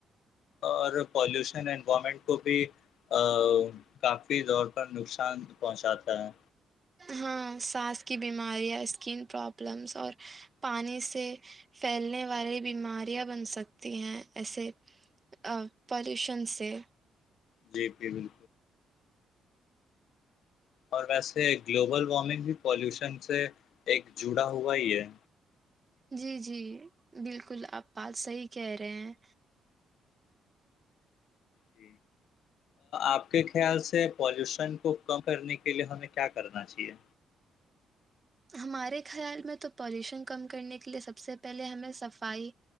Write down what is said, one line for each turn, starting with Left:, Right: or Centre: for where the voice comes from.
Left: اور پولیوشن انوائمنٹ کو بھی ا کافی زور پر نقصان پہنچاتا ہے
Right: ہاں سانس کی بیماریاں اسکن پرابلمس اور پانی سے پھیلنے والی بیماریاں بن سکتی ہیں ایسے ا پالیوشن سے
Left: جی جی بالکل اور ویسے گلوبل وارمنگ بھی پالیوشن سے ایک جڑا ہوا ہی ہے
Right: جی جی بالکل آپ بات صحیح کہہ رہے ہیں
Left: جی آپ کے خیال سے پولیوشن کو کم کرنے کے لیے ہمیں کیا کرنا چاہیے
Right: ہمارے خیال میں تو پولیوشن کم کرنے کے لیے سب سے پہلے ہمیں صفائی